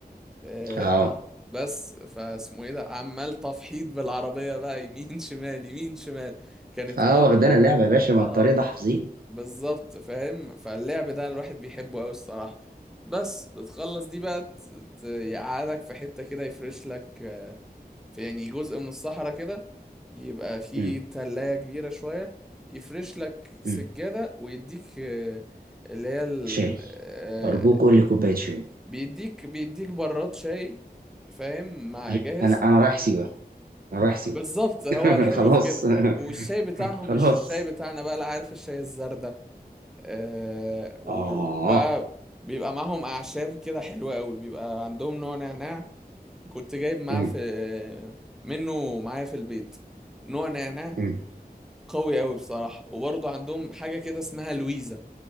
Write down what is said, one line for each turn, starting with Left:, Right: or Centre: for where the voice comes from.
Centre: آه
Right: اه
Centre: بس فاسمه ايه ده عمال تفحيط بالعربية بقى يمين شمال يمين شمال كانت
Right: اه
Centre: م... م...
Right: واخدانا اللعبة يا باشا ما
Centre: آه.
Right: الطريق ده حافظين
Centre: بالظبط فاهم فاللعب ده الواحد بيحبه قوي الصراحة بس بتخلص دي بقى ت- ت- يقعدك في حتة كده يفرش لك آه، في يعني جزء من الصحراء كده يبقى فيه
Right: مم.
Centre: تلاية كبيرة شوية يفرش لك سجادة
Right: مم.
Centre: ويديك آه، اللي هي ال-
Right: شاي
Centre: آه،
Right: أرجوك
Centre: بي-
Right: قول لي كوباية شاي
Centre: بيديك بيديك براد شاي فاهم مع
Right: أي.
Centre: جاهز
Right: أنا أنا رايح سيوة أنا رايح سيوة
Centre: بالظبط هو
Right: <laughs>
Centre: الحلو
Right: خلاص
Centre: في كده والشاي بتاعهم
Right: <laughs> خلاص
Centre: مش الشاي بتاعنا بقى لا عارف الشاي الزردة آه وبقى
Right: آه
Centre: بيبقى معاهم أعشاب كده حلوة أوي بيبقى عندهم نوع نعناع كنت جايب معاه
Right: مم.
Centre: في منه معايا في البيت نوع نعناع
Right: مم.
Centre: قوي أوي بصراحة وبرضه عندهم حاجة كده اسمها لويزا